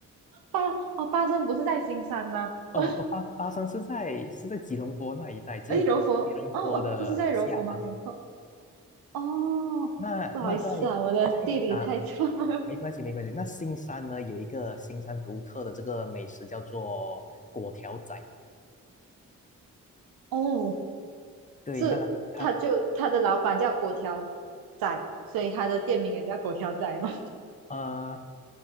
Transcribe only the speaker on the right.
八哦八升不是在新山吗？
<laughs>
诶，柔佛哦哦，不是在柔佛吗？讲错哦，
不好意思啊，我的地理太差了。
<laughs> 哦，
是他就他的老板叫果条仔，
所以他的店名也叫果条仔嘛。